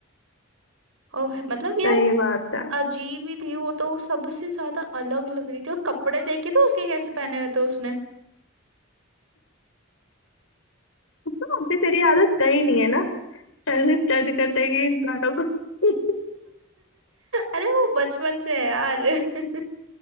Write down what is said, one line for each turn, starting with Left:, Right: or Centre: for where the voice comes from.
Right: और है- मतलब यार
Left: सही बात है
Right: अजीब ही थी वो तो सबसे ज्यादा अलग लग रही थी और कपड़े देखे थे उसके कैसे पहने हुए थे उसने
Left: तो अभी तेरी आदत गई नहीं है ना ऐसे जज कर देगी इंसानों को <laughs>
Right: अरे वो बचपन से है यार <laughs>